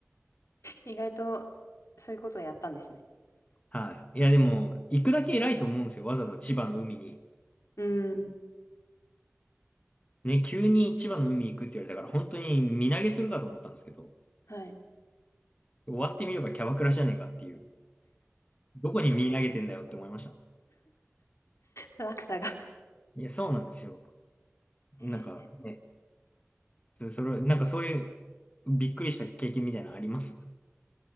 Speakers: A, on the left; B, on the left.
A: 意外と、そういうことをやったんですね。
B: はい。いや、でも、行くだけ偉いと思うんですよ。わざわざ千葉の海に。
A: うん、
B: ね、急に千葉の海行くって言われたから、本当に身投げするかと思ったんですけど、
A: はい。
B: 終わってみればキャバクラじゃねえかっていう。どこに身投げてんだよって思いました。
A: 落差が。
B: いや、そうなんですよ。
A: えー
B: なんか、ね、そそれ、なんかそういうびっくりした経験みたいなのあります